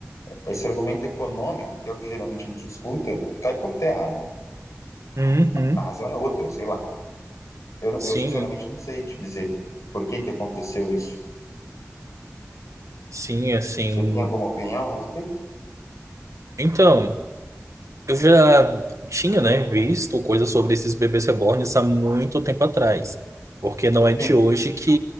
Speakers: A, on the left; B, on the right.
A: esse argumento econômico, que é o que geralmente a gente escuta, cai por terra. Né?
B: Uhum.
A: A razão é outra, sei lá. Eu,
B: Sim,
A: eu sinceramente não sei te dizer por que, que aconteceu isso.
B: sim, assim.
A: Você tem alguma opinião a respeito?
B: Então. Eu já tinha, né, visto coisas sobre esses bebês reborns há muito tempo atrás, porque não é de
A: Sim.
B: hoje que,